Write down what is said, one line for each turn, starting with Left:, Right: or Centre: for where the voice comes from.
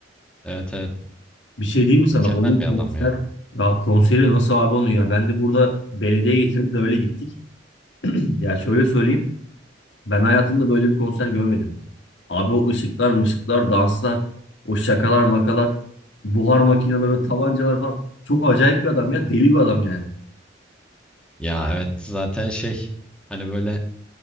Centre: Evet evet
Left: Bir şey diyeyim mi sana?
Centre: mükemmel
Left: Onun konser
Centre: bir adam ya.
Left: ya konseri nasıl abi onun ya? Ben de burada belediye getirip de öyle gittik. <clears throat> Ya şöyle söyleyeyim. Ben hayatımda böyle bir konser görmedim. Abi o ışıklar mışıklar, danslar, o şakalar makalar, buhar makineleri, tabancalar falan. Çok acayip bir adam ya. Deli bir adam yani.
Centre: Ya evet zaten şey hani böyle